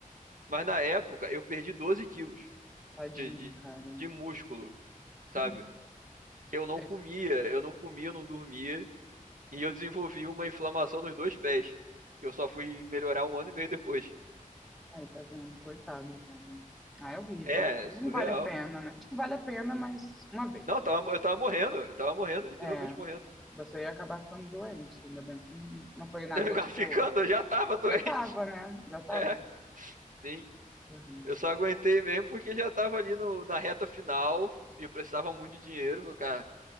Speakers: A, on the right; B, in the centre.
A: mas na época eu perdi 12 quilos
B: Tadinho,
A: de, de,
B: cara.
A: de músculo,
B: Sim.
A: sabe? Que eu não
B: É,
A: comia, eu não comia, eu não dormia, e eu desenvolvi uma inflamação nos dois pés, que eu só fui melhorar um ano e meio depois.
B: aí, tá vendo? Coitado, cara. Ah, é horrível,
A: É,
B: né?
A: surreal.
B: Não vale a pena, né? Tipo, vale a pena, mas uma vez.
A: Não, eu tava, eu tava morrendo, eu tava morrendo, literalmente
B: É,
A: morrendo.
B: você ia acabar ficando doente. Ainda bem que não, não foi nada,
A: Eu
B: tipo...
A: Ficando, eu já tava <laughs> doente.
B: Já tava, né? Já tava,
A: É,
B: né?
A: sim.
B: Que horrível.
A: Eu só aguentei mesmo porque já tava ali no, na reta final e eu precisava muito de dinheiro, falei, cara.